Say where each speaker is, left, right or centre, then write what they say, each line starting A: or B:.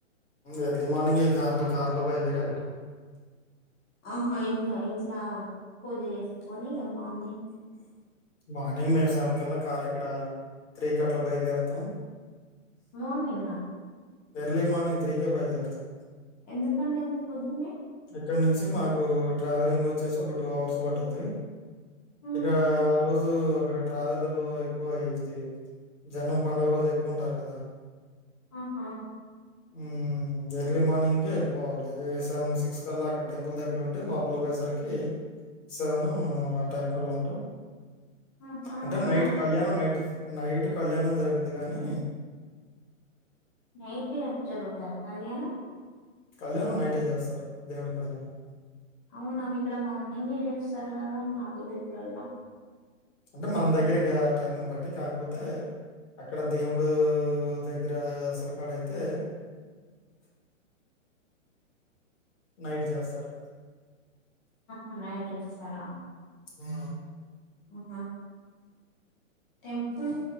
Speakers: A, on the left; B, on the left.
A: ఎర్లీ మార్నింగ్ కార్లో కార్లో బయలుదేరి ఎలటం
B: ఆహా ఇంట్లో ఇంట్లో పూజ చేసుకొని ఇగా మర్
A: మార్నింగ్ మేము సేవన్ కళ్ళ కార్ ఇక్కడ త్రీ కట్లు బయలుదేరుతాం
B: మార్నింగా
A: ఎర్లీ మార్నింగ్ త్రీకే బైయలుదేరుతం
B: ఎందుకండి ఎంత పొద్దున్నే
A: ఇక్కడి నుంచి మాకు ట్రావెలింగ్ వచ్చేసి ఒక టూ అవర్స్ పట్టుద్ది
B: హ్మ్.
A: ఇక ఆ రోజు అక్కడ రావలలో ఎక్కువ ఇది జన్నం పండుగ రోజు ఎక్కువ ఉంటారు కదా
B: ఆహా
A: హ్మ్. ఎర్లీ మార్నింగ్ే వెళ్ళిపోవాలి సెవెన్ సిక్స్ కల్లా అక్కడ టెంపుల్ దగ్గర ఉంటే లోపలికి పోయేసరికి సెవెన్ ఆ టైం కల్లా ఉంటాం
B: ఆహా!
A: అంటే
B: అవునా!
A: నైట్ కళ్యాణం నైట్ నైట్ కళ్యాణం జరుగుదు గానీ
B: నతే అ జరుత కానా
A: కళ్యాణం నైటే చేస్తారు దేవుడి కళ్యాణం
B: అవునాం ఇక్కడ మాౌగ చేస్తాడు కదా మా విలేజ్లల్ల
A: అంటే మన దగ్గరక టైంని బట్టి కాకపోతే అక్కడ దేవుడు దగ్గర అసలు కాడ అయితే నైట్ చేస్తారు
B: న్నాడెస్స్తార
A: ఆ
B: ఆహా టెంపుల్